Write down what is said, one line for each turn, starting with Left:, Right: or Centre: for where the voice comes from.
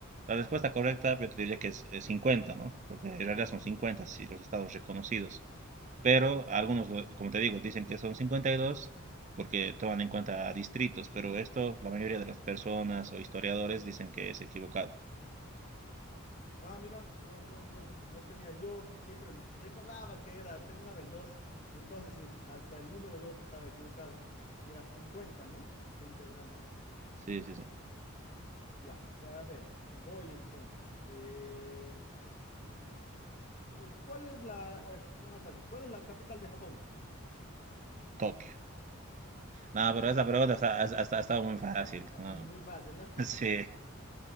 Right: la respuesta correcta yo te diría que es eh, 50, ¿no? Porque en realidad son 50 si los estados reconocidos. pero algunos, lo- como te digo, dicen que son 52 porque toman en cuenta distritos, pero esto la mayoría de las personas o historiadores dicen que es equivocado.
Left: No, mira, no, no, no, no tenía yo. Siempre m- recordaba que era, terminaba en dos. Entonces, sí, <laughs> hasta el número dos estaba equivocado. Mira, cincuenta ¿no? Qué interesante.
Right: Sí, sí, sí.
Left: Ya, a ver, voy entonces. Eh, eh, ¿Cuál es la, a ver, una más fácil. ¿Cuál es la capital de Japón?
Right: Tokio. No,
Left: Ya,
Right: pero esa
Left: pero
Right: pregunta está- ha ha- ha estado muy fácil.
Left: <laughs>
Right: no.
Left: es muy fácil, ¿no? <laughs>
Right: <laughs> Sí.